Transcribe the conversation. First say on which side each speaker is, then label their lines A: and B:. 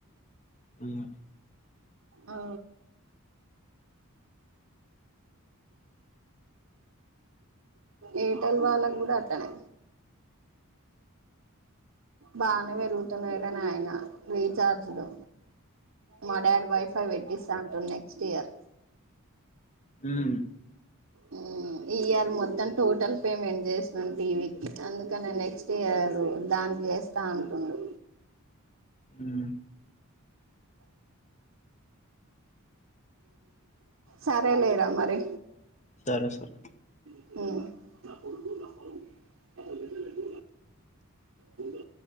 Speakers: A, on the left; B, on the right.
A: హ్మ్
B: ఆ ఎయిర్టెల్ వాళ్ళ కూడా అట్లనే బానే పెరుగుతన్నాయి రా నాయనా రీచార్జ్లు మా డాడ్ వైఫై పెట్టిస్తా అంటు నెక్స్ట్ ఇయర్
A: అమ్
B: హ్మ్ ఈ ఇయర్ మొత్తం టోటల్ పేమెంట్ చేసాను టీవీకి అందుకని నెక్స్ట్ ఇయర్ దానికి చేస్తా అంటున్నా
A: హ్మ్
B: సరే లేరా మరి
A: సరే సరే
B: హ్మ్ పోవు